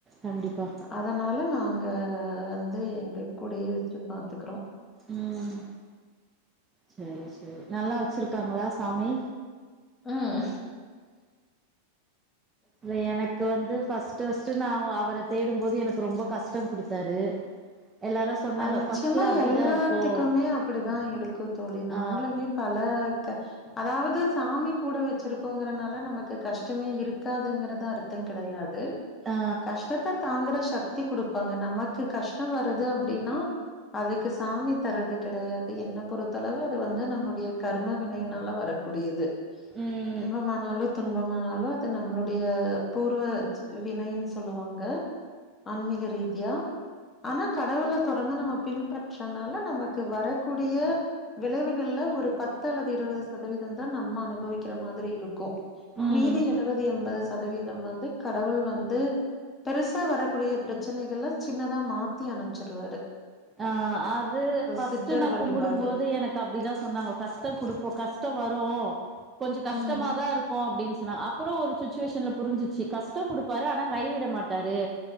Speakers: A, on the right; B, on the left.
A: கண்டிப்பா
B: அதனால நா ஆ ஆஹ் வந்து எங்க கூடயே வச்சு பாத்துக்குறோம்
A: உம் சேரி சேர் நல்லா வச்சிருக்காங்களா சாமி
B: உம்
A: இல்ல எனக்கு வந்து ஃபஸ்ட்டு ஃபஸ்டு நா <unintelligible> அவர தேடும்போது எனக்கு ரொம்ப கஷ் டம் குடுத்தாரு எல்லாரு சொன்னாங்க
B: அது நிச்சியமா
A: ஃபர்ஸ்ட்ல அப்டிதா
B: எல்லாத்துக்குமே
A: இருக்கு
B: அப்டிதா இருக்கு தோழி நாங்ளுமே
A: ஆ
B: பல அதாவது சாமி கூட வச் சிருக்கோங்கறனால நமக்கு கஷ்டமே இருக்காதுங்கறது அர்த்த கிடையாது
A: ஆ
B: கஸ்டத்த தாங்குற ஸக் தி குடுப்பாங்க நமக்கு கஷ்டோ வரது அப் டின்னா அதுக்கு சாமி தரது கெடையா து என்ன பொறுத்தளவு அது வந்து நம்முடைய கர்ம வினைனால வரக்கூடியது
A: ம்
B: இன்பமானாலுத் துன்பமானாலு அது நம்மளுடைய பூர்வ ஜெ வினைன்னு சொல்லுவாங்க ஆன்மீக ரீதியா ஆனா கடவுளத் தொடர்ந்து நம்ம பின்பற்றனால நமக்கு வரக்கூடிய விளைவுகல்ல ஒரு பத்து அல்லது இருவது சதவீததா நம்ம அனுபவிக்கிற மாரி இருக்கு
A: ம்
B: மீதி எழுவது எம்பது சதவீதம் வந் து கடவுள் வந்து பெருசா வரக்கூடிய ப்ரச்சனைகள சின்னதா மாத்தி அனுச்சிருவாரு
A: ஆஹ் அது ஃபர்ஸ்ட்
B: சித்தர்
A: நா
B: வழிபாடு.
A: கும்புடும்போது எனக்கு அப்டிதா சொன்னாங்க கஷ்ட குடுப்போ கஷ்டோ வ <unintelligible> கொஞ்ச கஷ்டமாதா
B: ம்.
A: இருக்கு அப்டின் <unintelligible> அப்பறோ ஒரு சுச்சுவேஷன்ல புரிஞ்சிச்சு கஷ்டோ குடுப்பாரு ஆனா கைவிட மாட்டாரு